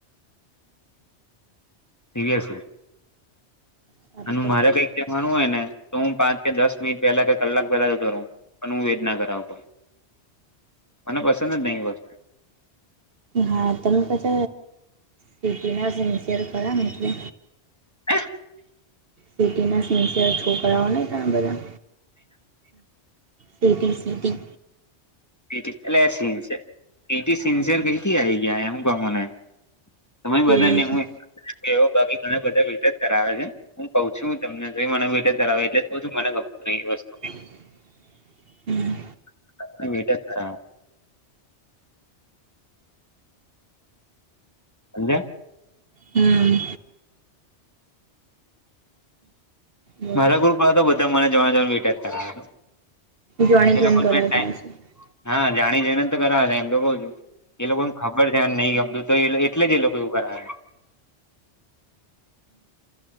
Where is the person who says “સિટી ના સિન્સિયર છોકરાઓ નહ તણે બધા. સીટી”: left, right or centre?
Right